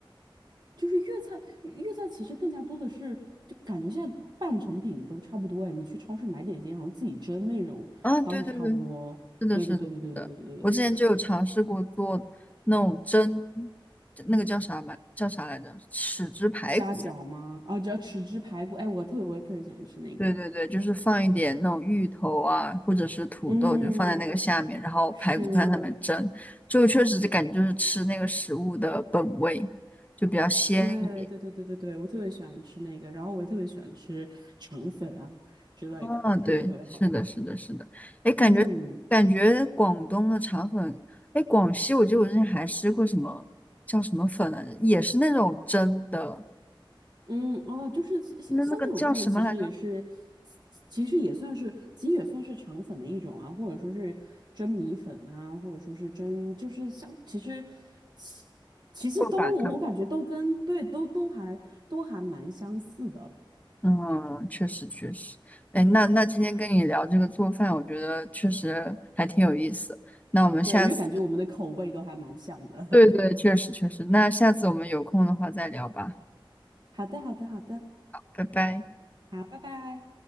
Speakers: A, on the right; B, on the left.
A: 就是粤菜，粤菜其实更加多的是，就感觉现在半成品都差不多哎。你去超市买点心，好像自己蒸那种倒是差不多。
B: 啊，对对对，是的，
A: 对对对对对对对对对对对，
B: 是的，是的，我之前就有尝试过做那种蒸，那个叫啥来，叫啥来着？豉汁排骨，
A: 虾饺吗？啊，这豉汁排骨，哎，我特别我也特别喜欢吃那个。
B: 对对对，就是放一点那种芋头啊，或者是土豆，
A: 嗯，
B: 就放在那个下面，然后排骨看上面蒸，
A: 是。
B: 就确实就感觉就是吃那个食物的本味，就比较鲜一点。
A: 对对对对对对，我特别喜欢吃那个，然后我也特别喜欢吃肠粉啊之类的，
B: 啊，对，
A: 特别特别好。
B: 是的，是的，是的。哎，感觉感觉广东的肠粉，
A: 嗯
B: 哎，广西我记得我之前还吃过什么叫什么粉来着，也是那种蒸的，
A: 嗯，哦，就是像像像那种他们其实也是，
B: 那那个叫什么来着？
A: 其其实也算是，其实也算是肠粉的一种啊，或者说是蒸米粉啊，或者说是蒸，就是像其实其其实都我我感觉都跟对都都还都还蛮相似的，
B: 过把汤。嗯，确实确实，哎，那那今天跟你聊这个做饭，我觉得确实还挺有意思。那我们下次，
A: 对，因为感觉我们的口味都还蛮像的。
B: 对对，
A: <laughs>
B: 确实确实，那下次我们有空的话再聊吧，
A: 好的好的好的，
B: 拜拜。
A: 好，拜拜。